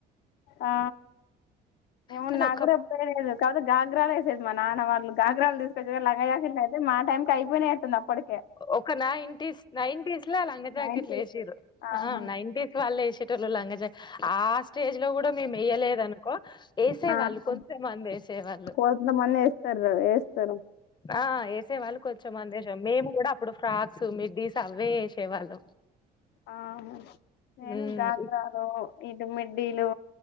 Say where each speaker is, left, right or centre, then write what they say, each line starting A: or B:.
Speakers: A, on the left (about 75°); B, on the left (about 25°).
A: ఆ ఏమో
B: కానీ
A: నాకు
B: ఒక
A: కూడా ఎప్పుడు వేయలేదు కాదు గాఘ్రాలు వేసేది మా నాన్న వాళ్ళు గాఘ్రాలు తీ పెద్దాగా లంగ జాకెట్లు అయితే మా టైమ్ కి అయిపోయినట్టు ఉంది అప్పుడే
B: ఒక నైన్టీస్ నైన్టీస్ లో లంగ జాకెట్లు
A: నైన్టీస్
B: వేసిర్రు
A: ఆహా
B: ఆ నైన్టీస్ వాళ్ళు వేసేటోల్లు లంగ జాకేట్ ఆ స్టేజ్ లో కూడా మేము వేయలేదనుకో వేసే
A: ఆహా
B: వాళ్ళు కొంత మంది వేసేవాళ్ళు
A: కొంతమంది వేస్తారు వేస్తారు
B: ఆ వేసేవాళ్ళు కొంచం మంది వేసే మేము ఫ్రాక్స్ మిడ్డీస్ అవే వేసేవాళ్ళు
A: ఆ నేను
B: ఉమ్
A: గాగ్రాలో ఇది మీ డీలో